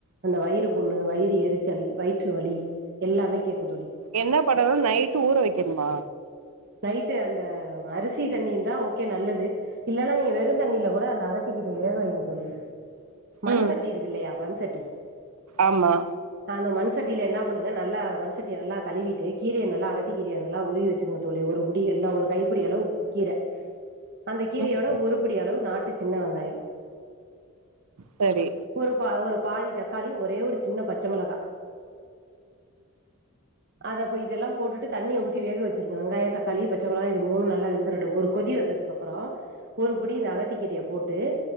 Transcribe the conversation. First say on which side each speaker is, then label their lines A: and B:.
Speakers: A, on the right; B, on the right.
A: அந்த வயிறு புண்ணு வயிறு எரிச்சல் வயிற்று வலி எல்லாமே கேக்கு தோழி
B: என்ன படனு நைட்டு ஊற வைக்கணுமா
A: நைட்டு அந்த அரிசி தண்ணி இருந்தா ஓகே நல்லது இல்லன்னா நீங்க வெறுந் தண்ணில கூட அந்த அகத்தி கீரய வேக வைங்க தோழி மண்சட்டி
B: ம்
A: இருக்கு இல்லையா மண்சட்டி
B: ஆமா
A: அந்த மண் சட்டில என்னா பண்ணுங்க நல்லா மண் சட்டிய நல்லா கழுவிட்டு கீரய நல்லா அகத்த கீரய நல்லா உருவி வச்சுக்கங்க தோழி ஒருபுடி எல்லா ஒரு கைப்பிடி அளவு கீர அந்த கீரையோட
B: ம்
A: ஒருபிடி அளவு நாட்டு சின்ன வெங்காயோ
B: சரி
A: ஒரு பா ஒரு பாதி தக்காளி ஒரே ஒரு சின்ன பச்ச மெளகா அதப்ப இதெல்லா போட்டு தண்ணிய ஊத்தி வேக வச்சிரு வெங்காயோ தக்காளி பச்ச மெளகா இது மூணு நல்லா வந்துரட்டு ஒரு கொதி வந்ததுக்கு அப்பறோ ஒரு புடி இந்த அகத்தி கீரைய போட்டு